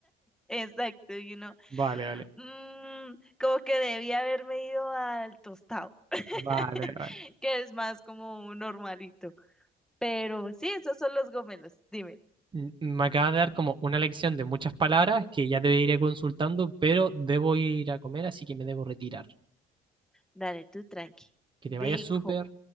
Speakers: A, in the centre; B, on the right (about 30°).
A: exacto, y uno...
B: Vale, vale,
A: Mm, como que debía haberme ido al tostado, <laughs>
B: vale, vale.
A: que es más como normalito. Pero sí, esos son los gomelos. Dime,
B: N- Me acaba de dar como una lección de muchas palabras que ya te iré consultando, pero debo ir a comer, así que me debo retirar.
A: dale tú tranqui.
B: Que
A: Bacon.
B: te vaya súper.